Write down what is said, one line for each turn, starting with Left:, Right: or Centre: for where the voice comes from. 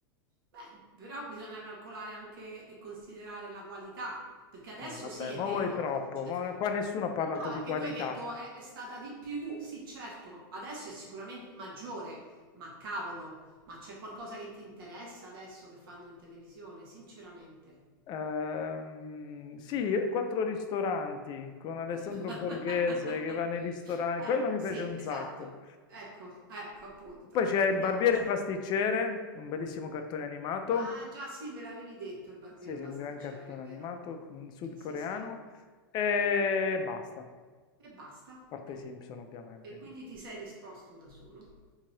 Right: Beh, però bisogna calcolare anche e considerare la qualità, perché adesso
Left: Eh, vabbè,
Right: sì, è
Left: ma
Right: vero,
Left: voi troppo,
Right: certo.
Left: ma qua nessuno ha parlato
Right: Eh, no,
Left: di
Right: perché
Left: qualità.
Right: tu hai detto è, è stata di più, sì, certo, adesso è sicuramente maggiore, ma cavolo, ma c'è qualcosa che ti interessa adesso che fanno in televisione, sinceramente.
Left: Ehm, sì, quattro ristoranti con Alessandro
Right: <laughs>
Left: Borghese che va nei ristoranti,
Right: Ecco,
Left: quello mi
Right: sì,
Left: piace un
Right: esatto.
Left: sacco.
Right: Ecco, ecco appunto,
Left: Poi c'è
Right: una
Left: il barbiere
Right: cosa.
Left: e pasticcere, un bellissimo cartone animato.
Right: Ah, già sì, me l'avevi detto il barbiere
Left: Sì, sì,
Right: pasticcere,
Left: un gran cartone
Right: è vero?
Left: animato mm, sudcoreano.
Right: Sì, sì.
Left: E basta, a
Right: E basta,
Left: parte
Right: ok.
Left: i Simpson ovviamente.
Right: E quindi ti sei risposto da solo?